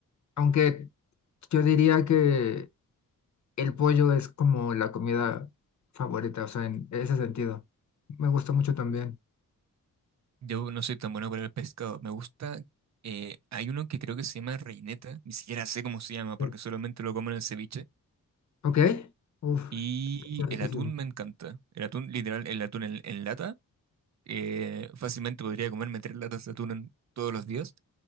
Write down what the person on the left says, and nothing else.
aunque yo diría que el pollo es como la comida favorita, o sea, en ese sentido. Me gusta mucho también.
Sí.
¿Ok? Uf,
está riquísimo.
<laughs>